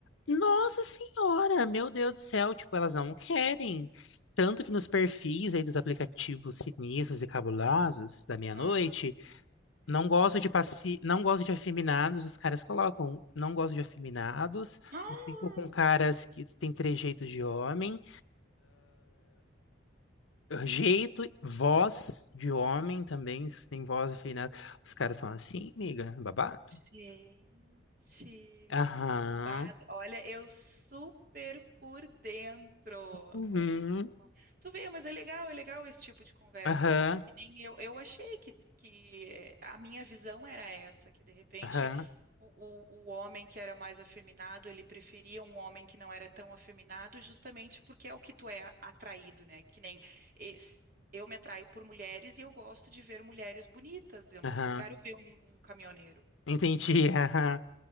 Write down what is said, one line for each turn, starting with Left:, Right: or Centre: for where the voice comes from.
Left: nossa senhora, meu Deus do céu, tipo, elas não querem. Tanto que nos perfis aí dos aplicativos sinistros e cabulosos da meia-noite,
Right: Ah.
Left: não gosto de passi... não gosto de afeminados, os caras colocam, não gosto de afeminados,
Right: <gasps>
Left: só fico com caras que têm trejeitos de homem. Jeito, voz de homem também, se você tem voz afinada. Os caras são assim, amiga, babado.
Right: Gente,
Left: Aham,
Right: que babado. Olha, eu super por dentro.
Left: uhum,
Right: Olha só. Tu vê, mas é legal, é legal esse tipo de conversa,
Left: aham,
Right: porque é que nem eu, eu achei que, que eh, a minha visão era essa, que de repente
Left: aham,
Right: o, o, o homem que era mais afeminado, ele preferia um homem que não era tão afeminado, justamente porque é o que tu é atraído, né? Que nem esse- eu me atraio por mulheres e eu gosto de ver mulheres bonitas. Eu não,
Left: aham.
Right: não quero ver um um caminhoneiro
Left: Entendi, <laughs> aham.